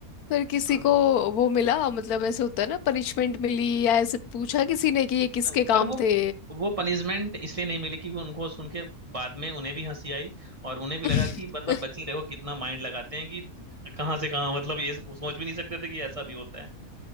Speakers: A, on the left (about 85°); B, on the right (about 25°).
A: फिर किसी
B: हाँ
A: को वो मिला मतलब ऐसे होता है ना पनिशमेंट मिली या ऐसे पूछा किसी ने कि ये किसके
B: न-
A: काम
B: पर वो
A: थे
B: वो पनिशमेंट इसलिए नहीं मिली कि वो उनको सुन के बाद में उन्हें भी हंसी आई और उन्हें भी
A: <laughs>
B: लगा कि मतलब बच्चे देखो कितना माइंड लगाते हैं कि कहाँ से कहाँ मतलब ये सोच भी नहीं सकते थे कि ऐसा भी होता है